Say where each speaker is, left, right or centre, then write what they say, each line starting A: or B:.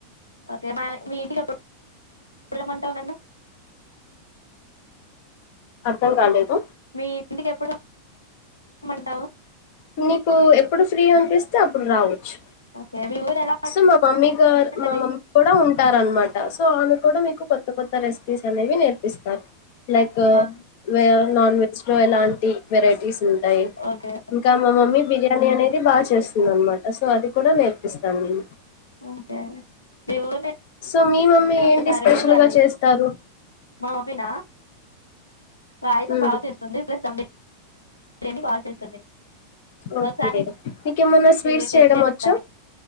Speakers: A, on the left; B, on the left.
A: ఓకే మా మీ ఇంటికి ఎప్పుడు రమ్మంటావు నన్ను?
B: అర్థం కాలేదు
A: మీ ఇంటికి ఎప్పుడు రమ్మంటావు?
B: నీకు ఎప్పుడు ఫ్రీ అనిపిస్తే అప్పుడు రావచ్చు.
A: ఓకే మీ ఊరు ఎలా
B: సో మా మమ్మీ గార్
A: ఉంటది
B: మా మమ్మీ కూడా ఉంటారన్మాట. సో ఆమె కూడా మీకు కొత్త కొత్త రెస్పీస్ అనేవి నేర్పిస్తారు లైకు
A: ఆ
B: వే నాన్ వెజ్ లో ఎలాంటి వెరైటీస్ ఉంటాయి.
A: ఓకే
B: ఇంకా మా మమ్మీవి బిర్యానీ అనేది బాగా చేస్తుంది అనమాట సో అది కూడా నేర్పిస్తాను నేను.
A: అదే దేవు నేను
B: సో మీ మమ్మీ
A: ఒక్కసారి
B: ఏంటి స్పెషల్గా
A: కూడా రాలేదు
B: చేస్తారు?
A: మా మమ్మీనా పాయసం
B: మ్మ్.
A: బాగా చేస్తుంది. ప్లెస్ దంబిర్యానీ బాగా చేస్తుంది.
B: ఓకే
A: ఒకసారి
B: నీకేమన్న స్వీట్స్
A: నీకు టేస్ట్
B: చేయడం
A: చేపిస్తాను
B: వచ్చా?